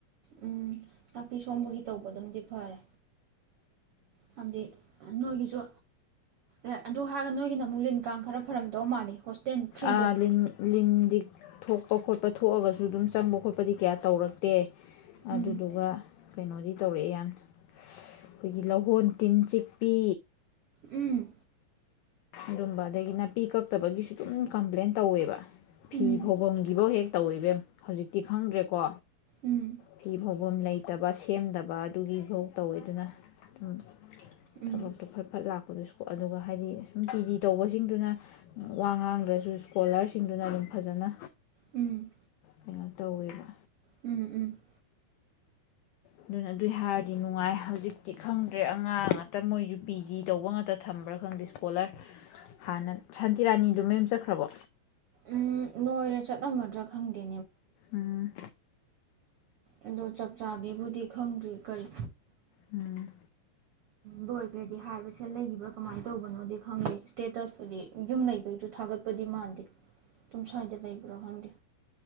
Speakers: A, on the right (about 75°); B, on the left (about 90°).
A: ꯎꯝ ꯅꯥꯄꯤ ꯁꯣꯡꯕꯒꯤ ꯇꯧꯕꯅꯗꯤ ꯐꯥꯔꯦ꯫ ꯍꯥꯏꯕꯗꯤ ꯅꯣꯏꯒꯤꯖꯨ ꯑꯦ ꯑꯗꯨ ꯍꯥꯏꯔꯒ ꯅꯣꯏꯒꯤꯅꯃꯨꯛ ꯂꯤꯟ ꯀꯥꯡ ꯈꯔ ꯐꯔꯝꯗꯧ ꯃꯥꯜꯂꯤ꯫ ꯍꯣꯁꯇꯦꯜ ꯊ꯭ꯔꯤꯗꯣ
B: ꯑꯥ ꯂꯤꯟ ꯂꯤꯟ <unintelligible> ꯊꯣꯛꯄ ꯈꯣꯠꯄ ꯊꯣꯛꯑꯒꯁꯨ ꯗꯨꯝ ꯆꯪꯕ ꯈꯣ ꯗꯨꯗꯤ ꯀꯌꯥ ꯇꯧꯔꯛꯇꯦ ꯑꯗꯨꯗꯨꯒ
A: ꯎꯝ
B: ꯀꯩꯅꯣꯗꯤ ꯇꯧꯔꯛꯑꯦ ꯌꯥꯝ ꯑꯈꯣꯏꯒꯤ ꯂꯧꯍꯣꯟ ꯇꯤꯟ ꯆꯤꯛꯄꯤ
A: ꯎꯝ꯫
B: ꯑꯗꯨꯝꯕ ꯑꯗꯒꯤ ꯅꯥꯄꯤ ꯀꯛꯇꯕꯒꯤꯁꯨ ꯑꯗꯨꯝ ꯀꯝꯄ꯭ꯂꯦꯟ ꯇꯧꯑꯦꯕ꯫ ꯐꯤ
A: ꯎꯝ
B: ꯐꯧꯕꯝꯒꯤꯕꯧ ꯍꯦꯛ ꯇꯧ ꯢꯕꯦꯝ ꯍꯧꯖꯤꯛꯇꯤ ꯈꯪꯗ꯭ꯔꯦꯀꯣ꯫
A: ꯎꯝ
B: ꯐꯤ ꯐꯧ ꯂꯩꯇꯕ ꯁꯦꯝꯗꯕ ꯑꯗꯨꯒꯤ <unintelligible> ꯇꯧꯋꯦꯗꯅ ꯑꯗꯨꯝ꯫
A: ꯎꯝ
B: ꯊꯕꯛꯇꯣ ꯐꯠ ꯐꯠ ꯂꯥꯛ ꯑꯗꯨꯁꯨ ꯑꯗꯨꯒ ꯍꯥꯏꯗꯤ ꯅꯨꯡꯇꯤꯒꯤ ꯇꯧꯕꯁꯤꯡꯗꯨꯅ ꯋꯥ ꯉꯥꯡꯗ꯭ꯔꯥꯁꯨ ꯢꯁꯀꯣꯂꯔꯁꯤꯡꯗꯨꯅ ꯑꯗꯨꯝ ꯐꯖꯅ
A: ꯎꯝ꯫
B: ꯀꯩꯅꯣ ꯇꯧꯔꯦꯕ꯫
A: ꯎꯝ ꯎꯝ ꯫
B: ꯑꯗꯨꯅꯦ ꯑꯗꯨꯏ ꯍꯥꯏꯔꯗꯤ ꯅꯨꯡꯉꯥꯏ ꯍꯧꯖꯤꯛ꯫ ꯍꯧꯖꯤꯛꯇꯤ ꯈꯪꯗ꯭ꯔꯦ ꯑꯉꯥꯡ ꯉꯥꯛꯇ ꯃꯣꯏꯖꯨ ꯄꯤ ꯖꯤ ꯇꯧꯕ ꯉꯥꯛꯇ ꯊꯝꯕ꯭ꯔꯥ ꯈꯪꯗ꯭ꯔꯦ ꯏꯁꯀꯣꯂꯔ ꯍꯥꯟꯅ ꯁꯥꯟꯇꯤꯔꯥꯅꯤꯗꯣ ꯃꯌꯨꯝꯗ ꯆꯠꯈ꯭ꯔꯥꯕꯣ
A: ꯎꯝ ꯂꯣꯏꯔꯦ ꯆꯠꯂꯝꯃꯗ꯭ꯔꯥ ꯈꯪꯗꯦ꯫
B: ꯎꯝ꯫
A: ꯑꯗꯨ ꯆꯞ ꯆꯥꯕꯤꯕꯨꯗꯤ ꯈꯪꯗ꯭ꯔꯤ ꯀꯔꯤ
B: ꯎꯝ ꯫
A: ꯂꯣꯏꯒ꯭ꯔꯦꯗꯤ ꯍꯥꯏꯕ ꯁꯤꯗ ꯂꯩꯔꯤꯕ ꯀꯃꯥꯏ ꯇꯧꯕꯅꯣ ꯈꯪꯗꯦ ꯢꯁꯇꯦꯇꯁꯕꯨꯗꯤ ꯌꯨꯝ ꯂꯩꯕꯩ ꯊꯥꯒꯠꯄ ꯃꯥꯟꯗꯦ꯫ ꯗꯨꯝ ꯁ꯭ꯋꯥꯏꯗ ꯂꯩ꯭ꯔꯥ ꯈꯪꯗꯦ꯫